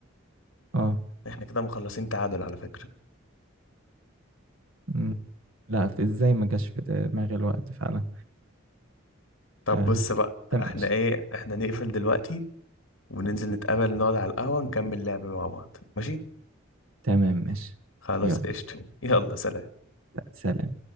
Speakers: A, on the right (about 80°); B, on the left (about 70°).
A: اه
B: احنا كده مخلصين تعادل على فكرة
A: مم. لا في ازاي ما جاش في دماغي الوقت فعلا
B: طب
A: آه.
B: بص بقى
A: تمام
B: احنا
A: ماشي
B: ايه احنا نقفل دلوقتي وننزل نتقابل نقعد على القهوة نكمل لعب مع بعض ماشي
A: تمام ماشي
B: خلاص
A: يلا
B: قشطة يلا سلام
A: سلام